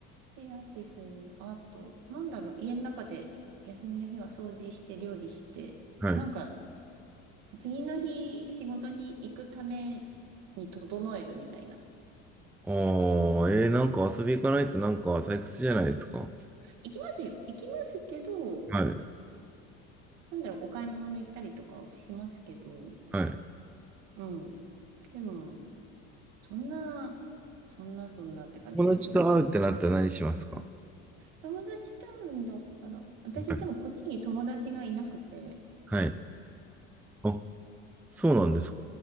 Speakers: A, on the right; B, in the centre.
A: ピラティス、あと、なんだろう、家の中で休みの日は掃除して料理して、
B: はい。
A: なんか、次の日仕事に行くために整えるみたいな。
B: ああ、えーなんか遊び行かないとなんか退屈じゃないですか
A: 行きますよ。行きますけど、
B: はい。
A: なんだろう、お買い物行ったりとかはしますけど、
B: はい。
A: うん。でも、そんな、そんな、そんなって感じですよ。
B: 友達と会うってなったら何しますか
A: 友達と会うんだったら、私でもこっちに友達がいなくて、
B: はい。はい。あ、そうなんですか